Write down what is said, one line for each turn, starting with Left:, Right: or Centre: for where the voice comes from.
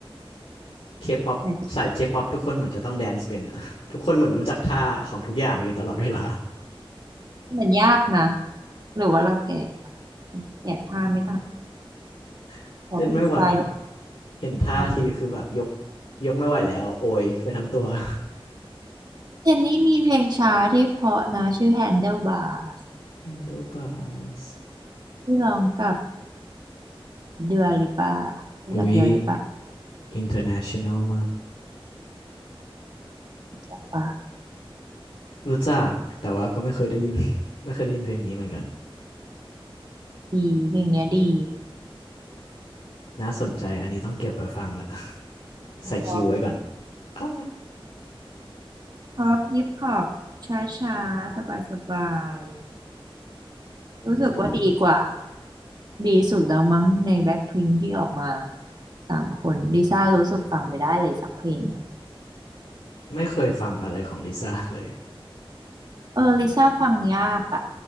Left: เคป๊อปสายเคป๊อปทุกคนเหมือนจะต้องแดนซ์เป็นอะ
Right: แต่
Left: <laughs> ทุกคนเหมือนรู้จักท่าของทุกอย่างอยู่ตลอดเวลา
Right: มันยากนะหรือว่าเราแก่ปะแก่ท่าไม่ทัน
Left: <laughs>
Right: พอพี่สไตล์
Left: เต้นไม่ไหวเห็นท่าทีคือแบบยก
Right: พอฟรี
Left: ยกไม่ไหวแล้วโอยไปทั้งตัว <laughs>
Right: เจนนี่มีเพลงช้าที่เพราะนะชื่อ Handlebars
Left: Handlebars
Right: ที่ร้องกับเดือลิปารู้จักเดือลิปา
Left: อุ้ย international มาก
Right: ปะ
Left: รู้จักแต่ว่าก็ไม่เคยได้ยิน <laughs> ไม่เคยได้ยินเพลงนี้เหมือนกัน
Right: ดีเพลงเนี้ยดี
Left: น่าสนใจอันนี้ต้องเก็บไว้ฟังแหละ <laughs> ใส่คิวไว้ก่อน
Right: พอป
Left: อ่า
Right: พอปฮิปฮอปช้าช้าสบายสบายๆรู้สึกว่าดีกว่า
Left: อืม
Right: ดีสุดแล้วมั้งในแบ็คพิงที่ออกมาสามคนลิซ่ารู้สึกฟังไม่ได้เลยสักเพลงอะ
Left: ไม่เคยฟังอะไรของลิซ่าเลย
Right: เออลิซ่าฟังยากอะ